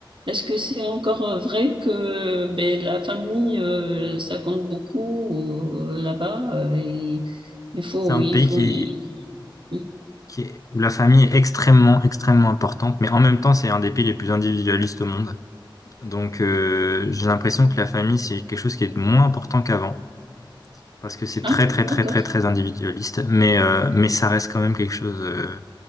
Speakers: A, on the right; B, on the left.
A: Est-ce que c'est encore euh, vrai que ben, la famille, euh, ça compte beaucoup euh, là-bas euh, et il faut,
B: c'est un
A: il
B: pays
A: faut
B: qui
A: y...
B: est,
A: hmm.
B: qui est, où la famille est extrêmement, extrêmement importante, mais en même temps, c'est un des pays les plus individualistes au monde. Donc, euh, j'ai l'impression que la famille, c'est quelque chose qui est moins important qu'avant, parce que c'est
A: Ah,
B: très, très,
A: d'accord.
B: très, très, très individualiste, mais, euh, mais ça reste quand même quelque chose. euh,